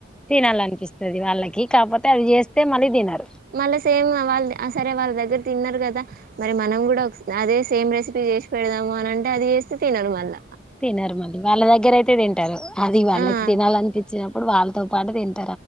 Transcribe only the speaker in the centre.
తినాలనిపిస్తుంది వాళ్ళకి కాకపోతే అది మళ్ళీ తినరు
తినరు మళ్ వాళ్ళ దగ్గర అయితే తింటారు అది వాళ్ళకి
తినాలినిపించినప్పుడు వాళ్ళతో పాటు తింటారు